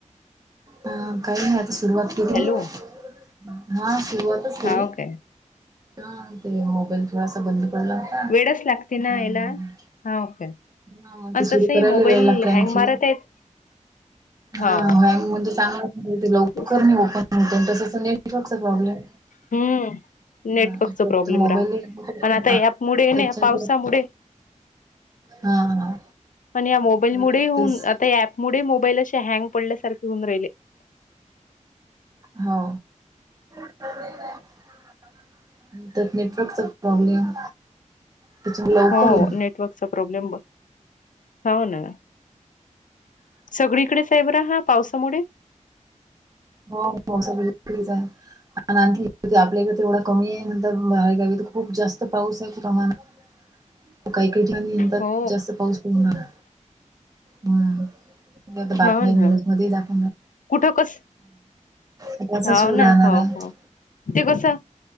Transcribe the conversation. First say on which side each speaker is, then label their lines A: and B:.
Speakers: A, on the right (about 30°); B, on the left (about 85°).
A: हा काय नाही आता सुरुवात केली मी,
B: हॅलो
A: हा. सुरुवातच केली,
B: हाव काय
A: हा ते मोबाईल थोडासा बंद पडला होता, हा
B: वेळच लागते ना याला
A: हा.
B: हाव काय
A: हा
B: आणि
A: ते सुरू
B: तसही
A: करायला
B: मोबाईल
A: वेळ लागतोय आणखीन,
B: हँग मारत आहेत
A: हा
B: हाव
A: म्हणजेच ते लवकर
B: तेच ना
A: नाही ओपन होत, तसच नेटवर्कचा प्रॉब्लेम.
B: हम्म नेटवर्कचा
A: हा
B: प्रॉब्लेम
A: ते मोबाईल
B: राहत
A: एक
B: पण आता ह्यामुळे
A: त्याच्यान.
B: ना पावसामुळे
A: <unintelligible> <unintelligible> हा, हा.
B: आणि या मोबाईल
A: हवे
B: मुळे
A: लागतेच
B: होऊन, आता या अँप मुळे मोबाईल अशे हँग पडल्यासारखे होऊन राहिले.
A: हो <unintelligible> नेटवर्कचा प्रॉब्लेम. त्याच लवकर
B: हो
A: होइन.
B: नेटवर्कचा प्रॉब्लेम हो ना सगळीकडे आहेच बरा हा पावसामुळे.
A: हो, हो सगळीकडेच हाय. आणि आणखी आपल्याकडे ते एवढं कमी आहे नंतर बाहेर गावी खूप जास्त पाऊस प्रमाण हाय काही काही ठिकाणी येतात
B: हो
A: जास्त पाऊस पडणार. हम्म, तर बातम्या
B: हो ना
A: न्यूज मध्ये दाख
B: कुठं कस?
A: त्याचा
B: हाव
A: सूर
B: ना
A: राहणार
B: हो,
A: आहे
B: हो, ते कस?